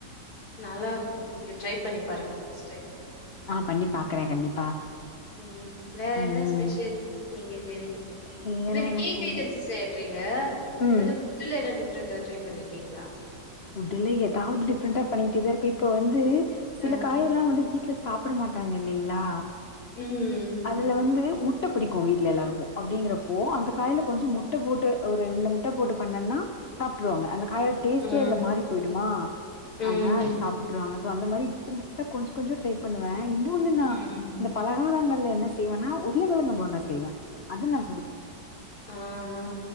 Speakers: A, on the left; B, on the left.
A: நல்லா இருக்கும் நீங்க ட்ரை பண்ணி பாருங்க நெக்ஸ்ட் டைம்
B: ஆஹ் பண்ணி பாக்குறேன் கண்டிப்பா
A: உம் வேற
B: ம்
A: என்ன ஸ்பெஷல் நீங்க செய்வங்க
B: வேற
A: இப்ப இந்த
B: எனக்கு
A: கேக் ஐட்டம்ஸ் சல்றீங்க
B: ம்
A: இந்த புட்ல என்னடி டிஃப்ரென்ட்டா ட்ரை பண்ணிருக்கீங்களா
B: ஃபுட்டுல ஏதாவது டிப்ரெண்டா பண்ணிட்டுதா இருப்ப இப்ப வந்து சில
A: ஆ
B: காய எல்லாம் வந்து வித் வீட்டு்ல சாப்புட மாட்டாங்க இல்லிங்ளா
A: ம்
B: அதுல வந்து முட்டை புடிக்கு வீட்ல எல்லாருக்கும் அப்டிங்றப்போ அந்த கால்ல கொஞ்சம் முட்டை போட்டு ஒரு ரெண்டு முட்டை போட்டு பண்ணேன்னா சாப்டுறுவாங்க அந்த காய கே சச்சல
A: ம்,
B: மாறி போயிடுமா
A: ம்,
B: அதனால அத சாப்புட்டுருவாங்க ஸ்ஓ அந்தமாதிரி டிப்ரண்டா கொஞ்ச கொஞ்ச ட்ரைபண்ணுவே என்ன ஒண்ணுனா
A: ம்.
B: இந்த பலகாரங்கள்ல என்ன செய்வேன்னா உருள கிழங்கு போண்டா செய்வேன் அதுலா
A: ஆ ஆ